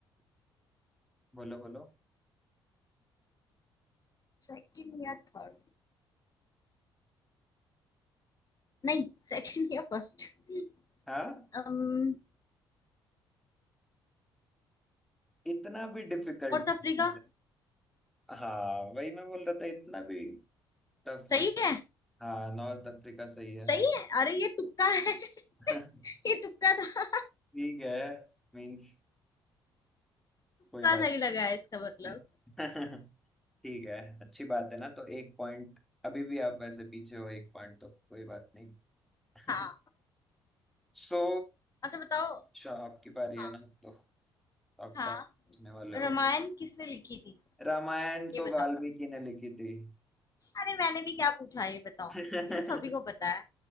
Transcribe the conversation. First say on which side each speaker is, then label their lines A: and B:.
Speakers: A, in the centre; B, on the left.
A: बोलो बोलो
B: सेकंड या थर्ड नहीं सेकंड या फर्स्ट
A: हाँ
B: नॉर्थ
A: इतना भी डिफिकल्ट
B: अफ्रीका
A: हाँ वही मैं बोल रहा था इतना भी टफ
B: सही
A: नहीं
B: है
A: हाँ नॉर्थ अफ्रीका सही है
B: सही है अरे ये तुक्का है
A: <laughs>
B: <laughs> ये तुक्का था
A: ठीक है मीन्स
B: तुक्का
A: कोई बात
B: सही लगा है इसका मतलब
A: नहीं <laughs> ठीक है अच्छी बात है ना तो एक पॉइंट अभी भी आप वैसे पीछे हो एक पॉइंट तो कोई बात नहीं <laughs>
B: हाँ
A: सो
B: अच्छा बताओ
A: अच्छा आपकी बारी
B: हाँ
A: है ना तो आप
B: हाँ
A: टफ पूछने वाले हो
B: रामायण किसने लिखी थी
A: रामायण
B: ये
A: तो
B: बताओ
A: वाल्मीकि ने लिखी थी
B: अरे मैंने भी क्या पूछा है ये बताओ
A: <laughs>
B: ये तो सभी को पता है